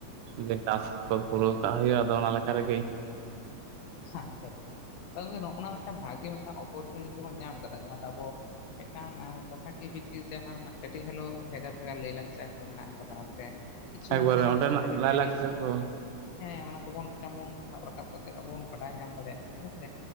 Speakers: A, on the right (about 85°); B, on the left (about 70°).
A: ᱜᱮ ᱴᱟᱞᱥ ᱠᱚ ᱯᱩᱨᱟᱹᱣ ᱠᱟᱜ ᱦᱩᱭᱩᱜᱼᱟ ᱟᱫᱚ ᱚᱱᱟ ᱞᱮᱠᱟ ᱨᱮᱜᱮ ᱤᱧ ᱦᱚᱸ
B: ᱟᱪᱪᱷᱟ ᱟᱪᱪᱷᱟ, ᱱᱚᱜᱼᱚ ᱱᱚᱣᱟ ᱟᱪᱪᱷᱟ ᱟᱪᱪᱷᱟ ᱟᱫᱚ ᱣᱚᱝᱠᱮ ᱱᱚᱜᱼᱱᱟ ᱢᱤᱫᱴᱟᱝ ᱵᱷᱟᱜᱤ ᱢᱤᱫᱴᱟᱝ ᱚᱯᱚᱨᱪᱩᱱᱤᱴᱤ ᱵᱚᱱ ᱧᱟᱢ ᱠᱟᱫᱟ ᱡᱟᱦᱟᱸ ᱫᱚ ᱟᱵᱚ ᱢᱤᱫ ᱴᱟᱝ ᱟᱸ ᱴᱚᱴᱷᱟᱠᱩᱭᱟᱹ ᱵᱷᱤᱛᱤᱨ ᱡᱟᱦᱟᱸᱱᱟᱜ ᱠᱟᱹᱴᱤᱡ ᱦᱮᱞᱳ ᱵᱷᱮᱜᱟᱨ ᱵᱷᱮᱜᱟᱨ ᱞᱟᱹᱭ ᱞᱟᱠᱪᱟᱨ ᱠᱚ ᱢᱮᱱᱟᱜ ᱠᱟᱫᱟ, ᱥᱮ ᱠᱤᱪᱷᱩ
A: ᱮᱠᱵᱟᱨᱮ
B: ᱚᱱᱛᱮᱱᱟᱜ
A: ᱚᱸᱰᱮᱱᱟᱜ
B: ᱟᱹᱨᱤᱪᱟᱹᱞᱤ
A: ᱞᱟᱭᱼᱞᱟᱠᱪᱟᱨ
B: ᱠᱚ
A: ᱫᱚ
B: ᱦᱮᱸ ᱚᱱᱟ ᱠᱚᱵᱚᱱ ᱛᱮᱢᱚᱱ ᱥᱟᱵ ᱨᱟᱠᱟᱵ ᱠᱟᱛᱮ ᱟᱵ ᱵᱚᱱ ᱵᱟᱰᱟᱭ ᱧᱟᱢ ᱫᱟᱲᱮᱭᱟᱜ ᱠᱟᱱᱟ ᱦᱮᱸ ᱥᱮ᱾